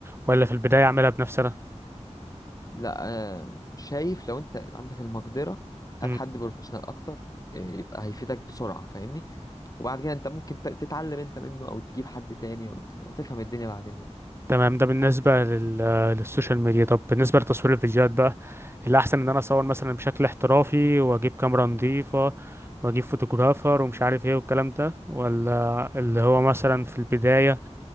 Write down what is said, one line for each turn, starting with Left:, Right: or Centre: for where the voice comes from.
Right: ولا في البدايه اعملها بنفسي انا
Left: لا آه، شايف لو انت عندك المقدرة هات
Right: مم.
Left: حد بروفيشنال اكتر آه، يبقى هيفيدك بسرعة فاهمني وبعد كده انت ممكن ت- تتعلم انت منه او تجيب حد تاني او ت- تفهم الدنيا بعدين بقى
Right: تمام ده بالنسبة لل... للسوشيال ميديا طب بالنسبة لتصوير الفيديوهات بقى الأحسن إن أنا أصور مثلا بشكل احترافي وأجيب كاميرا نظيفة وأجيب فوتوغرافر ومش عارف إيه والكلام ده ولا اللي هو مثلا في البداية